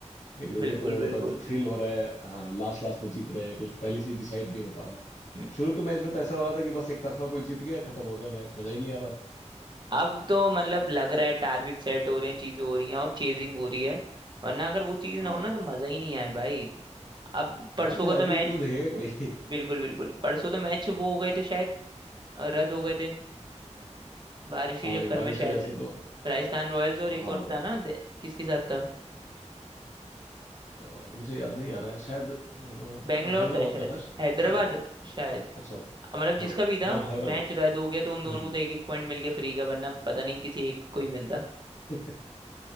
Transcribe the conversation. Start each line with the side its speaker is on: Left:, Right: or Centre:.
Left: एक दूसरे
Right: बिल्कुल
Left: को
Right: बिल्कुल
Left: मतलब थ्रिल हो रहा है हाँ लास्ट लास्ट में जीत रहे हैं कुछ पहले से डिसाइड नहीं हो पा रहा है
Right: हम्म।
Left: शुरू के मैच में तो ऐसा हो रहा था कि बस एक तरफा कोई जीत गया खत्म हो गया मैच मजा ही नहीं आ रहा था
Right: अब तो मतलब लग रहा है टारगेट सेट हो रहे हैं चीजें हो रही हैं और चेजिंग हो रही है वरना अगर वो चीज
Left: हाँ
Right: ना हो ना तो मजा ही नहीं आए भाई अब परसों
Left: हाँ फिर
Right: का
Left: आईपीएल
Right: तो मैच
Left: क्यों देखेगा
Right: बिल्कुल बिल्कुल परसों तो मैच वो हो गए
Left: कोई
Right: थे शायद अ, रद्द हो गए थे बारिश के
Left: हाँ
Right: चक्कर
Left: ये बारिश
Right: में शायद
Left: की वजह से तो
Right: राजस्थान रॉयल्स और
Left: हाँ
Right: एक और था ना दे- किसके साथ था
Left: अ, मुझे याद नहीं आ रहा है शायद अ,
Right: बैंगलोर
Left: हैदराबाद
Right: था शायद
Left: का था शायद
Right: हैदराबाद
Left: वो।
Right: शायद
Left: अच्छा
Right: मतलब
Left: हाँ
Right: जिसका भी था
Left: हाँ हैदराबाद
Right: मैच
Left: का
Right: रद्द हो गया तो
Left: हम्म
Right: उन दोनों
Left: हम्म।
Right: को तो एक एक पॉइंट मिल गया फ्री का वरना पता नहीं किसी एक को ही मिलता
Left: <laughs>